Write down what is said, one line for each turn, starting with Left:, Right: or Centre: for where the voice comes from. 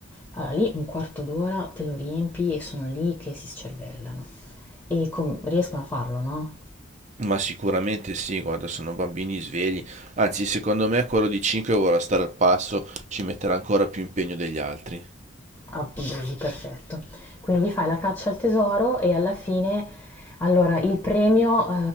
Left: Allora lì un quarto d'ora te lo riempi e sono lì che si scervellano e com- riescono a farlo, no?
Right: Ma sicuramente sì, guarda, sono bambini svegli. Anzi, secondo me quello di 5 vorrà stare al passo, ci metterà ancora più impegno degli altri.
Left: Abusi, perfetto. Quindi fai la caccia al tesoro e alla fine, allora, il premio, eh,